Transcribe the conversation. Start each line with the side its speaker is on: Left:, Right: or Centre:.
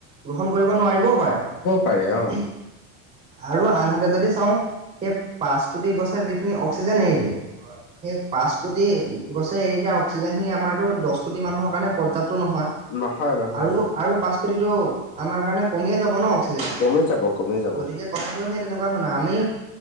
Right: গ্ৰহণ কৰিব নোৱাৰিবও পাৰে নোৱাৰিবও
Left: পাৰে অ',
Right: পা আৰু আনহাতে যদি চাওঁ সেই পাঁচ কোটি গছে যিখিনি অক্সিজেন এৰি দিয়ে হয় সেই পাঁচ কোটি গছে এৰি দি অক্সিজেনখিনি আমাৰো দছ কোটি মানুহৰ কাৰণে প্যৰ্যাপ্ত নহয়
Left: নহয়, নহয়,
Right: আৰু আৰু পাঁচ কোটিটো আমাৰ কাৰণে কমিয়ে যাব ন অক্সিজেন
Left: কমি যাব, কমি যাব।
Right: গতিকে কথাটো সেই তেনেকুৱা ধৰণৰ আমি